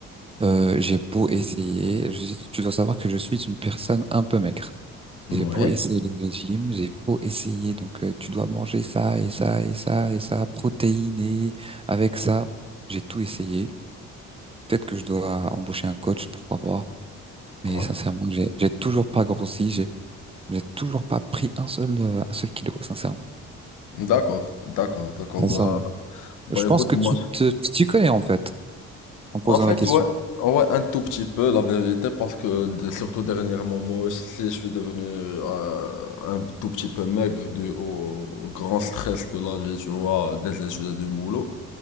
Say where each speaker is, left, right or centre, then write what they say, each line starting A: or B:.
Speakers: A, on the right (about 20°); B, on the left (about 85°).
A: Euh, j'ai beau essayer, je- tu dois savoir que je suis une personne un peu maigre.
B: Ouais.
A: J'ai beau essayer les régimes, j'ai beau essayer, donc euh, tu dois manger ça et ça et ça et ça, protéiné avec ça. J'ai tout essayé. Peut-être que je dois embaucher un coach, pourquoi pas. Mais
B: Ouais.
A: sincèrement, j'ai j'ai toujours pas grossi, j'ai j'ai toujours pas pris un seul euh, un seul kilo, sincèrement.
B: D'accord, d'accord, d'accord.
A: Sincèrement.
B: Bah, Bah
A: Je
B: écoute,
A: pense que
B: moi,
A: tu te tu connais en fait en posant
B: en fait,
A: la question.
B: ouais, ouais, un tout petit peu, la vérité, parce que de- surtout dernièrement, moi aussi, je suis devenu euh, un tout petit peu maigre dû au, au grand stress de la vie, tu vois, des études et du boulot.